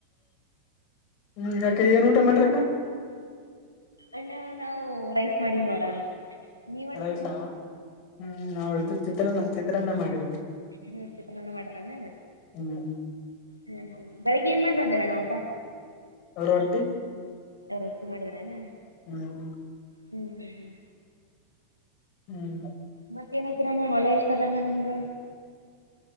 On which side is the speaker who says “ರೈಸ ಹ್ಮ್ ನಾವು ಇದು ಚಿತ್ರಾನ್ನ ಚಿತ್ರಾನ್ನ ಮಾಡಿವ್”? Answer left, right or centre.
Left